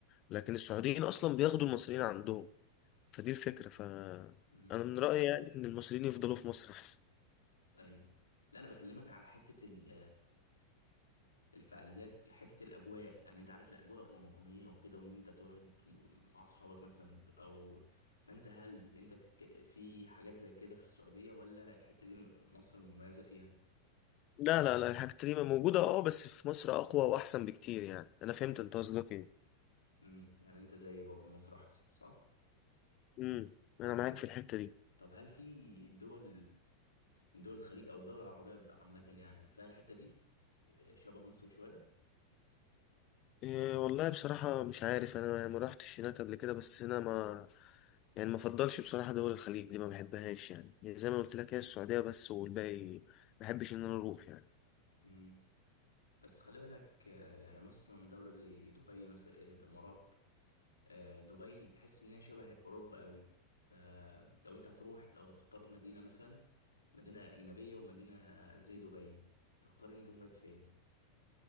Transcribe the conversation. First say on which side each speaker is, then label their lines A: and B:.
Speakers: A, on the left; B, on the left.
A: لكن السعوديين اصلا بياخدوا المصريين عندهم فدي الفكره ف
B: امم
A: انا من رايي يعني ان المصريين يفضلوا في مصر احسن
B: ايوه لا انا بكلمك على حتة ال الفعاليات حتة الأجواء يعني أنت عارف الأجواء الرمضانية وكده وإن أنت تقعد مع أصحابك مثلا أو فأنت هل أنت بتك... في حاجات زي كده في السعودية ولا الحتة دي مصر مميزة فيها؟
A: لا لا لا الحاجات دي موجوده اه بس في مصر اقوى واحسن بكتير يعني انا فهمت انت قصدك ايه
B: امم يعني أنت زي برضو مصر أحسن صح؟
A: امم
B: طب
A: انا معاك في الحته دي
B: طب هل في دول من دول الخليج أو الدول العربية عامة يعني فيها الحتة دي آه، شبه مصر شوية؟
A: إيه والله بصراحة مش عارف أنا يعني ما روحتش هناك قبل كده بس أنا ما يعني ما فضلش بصراحة دول الخليج دي ما بحبهاش يعني يعني زي ما قلت لك هي السعودية بس والباقي ما بحبش إن أنا أروح يعني
B: امم بس خلي بالك آه، يعني مثلا دولة زي دبي مثلا الإمارات آه، دبي تحس إن هي شبه أوروبا أوي فلو أنت هتروح لو هتختار مدينة مثلا مدينة أجنبية ومدينة زي دبي تختار إن أنت تقعد فين؟